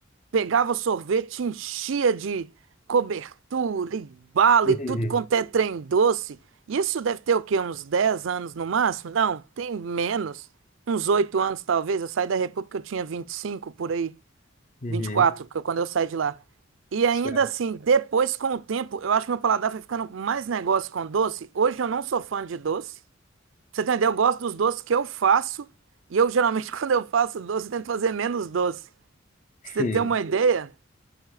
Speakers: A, on the right; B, on the left.
A: pegava o sorvete, enchia de cobertura e bala
B: Uhum.
A: e tudo quanto é trem doce. Isso deve ter o quê? Uns 10 anos no máximo? Não, tem menos. Uns 8 anos talvez. Eu saí da República, eu tinha 25 por aí,
B: Uhum.
A: 24, que eu- quando eu saí de lá. E ainda
B: Certo.
A: assim, depois com o tempo, eu acho que meu paladar foi ficando mais negócio com doce. Hoje eu não sou fã de doce. Pra você entender, eu gosto dos doces que eu faço. E eu geralmente, <laughs> quando eu faço doce, eu tento fazer menos doce. Pra você
B: Hum.
A: ter uma ideia,